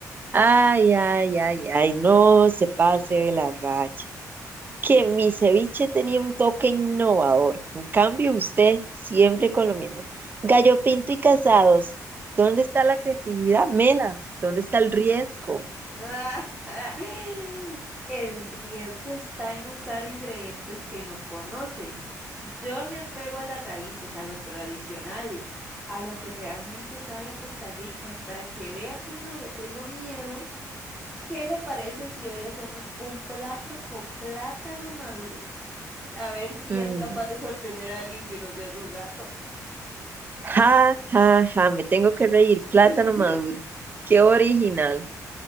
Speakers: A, on the right; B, in the centre.
A: Ay, ay, ay, ay, no se pase de la raya. que mi ceviche tenía un toque innovador. En cambio, usted siempre con lo mismo. Gallo Pinto y Casados, ¿dónde está la creatividad, Mela? ¿Dónde está el riesgo?
B: <laughs> El riesgo está en usar ingredientes que no conoce. Yo me apego a las raíces, a lo tradicional, a lo que realmente sabe a Costa Rica y para que vea que no le tengo miedo. ¿Qué le parece si hoy hacemos un plato con plátano maduro? A ver si
A: Mm,
B: es capaz de sorprender a alguien que no sea su gato.
A: Ja, ja, ja, me tengo que reír. Plátano
B: <laughs>
A: maduro. Qué original.